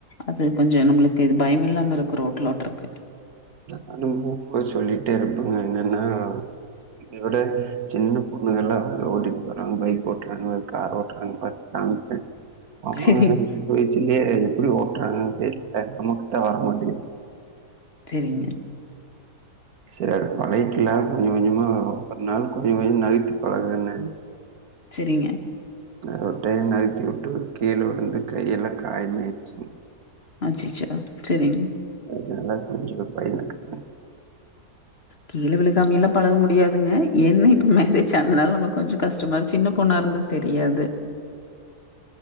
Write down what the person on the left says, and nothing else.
அது கொஞ்சோ நம்மளுக்கு இது பயமில்லாம இருக்கும் ரோட்டுல ஓட்டுறதுக்கு
சரிங்க,
செரிங்க
சரிங்க.
அச்சச்சோ செரிங்க
கீழ விழுகாமெல்லா பழக முடியாதுங்க ஏன்னா இப்போ மேரேஜ் ஆனனால நம்மளுக்கு கொஞ்ச கஷ்டமாக இரு சின்ன பொண்ணா இருந்தா தெரியாது